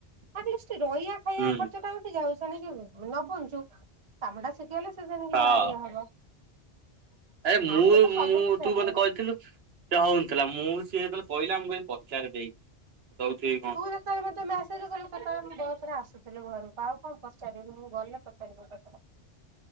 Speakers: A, on the right (about 35°); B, on the right (about 70°).
A: ହଁ ଟିକେ ସେଠି ରହିଆ ଖାଇଆ
B: ହୁଁ
A: ଖର୍ଚ୍ଚଟା ଉଠି ଯାଉ ସେଣିକି ନ ବଞ୍ଚୁ, କାମଟା ଶିଖି ଗଲେ ସେ ସେଣିକି
B: ହଁ
A: ଯା ଇଏ ହବ।
B: ଆରେ ମୁଁ
A: ଫାଷ୍ଟ ତ
B: ମୁଁ
A: ସବୁ କିଛି
B: ତୁ
A: ହେବନି।
B: ମୋତେ କହିଥିଲୁ ସେ ହଉନଥିଲା। ମୁଁ ସିଏ ଯେତେବେଳେ କହିଲା, ମୁଁ କହିଲି ପଚାରେ ଦେଇକି। ଯଉଛି କଣ?
A: ତୁ ଯେତେବେଳେ ମତେ ମେସେଜ କଲୁ ସେତେବେଳେ ମୁଁ ବସ୍ ରେ ଆସୁଥିଲି ଘରକୁ ଆଉ କଣ ପଚାରିବି ମୁଁ ଗଲେ ପଚାରିବି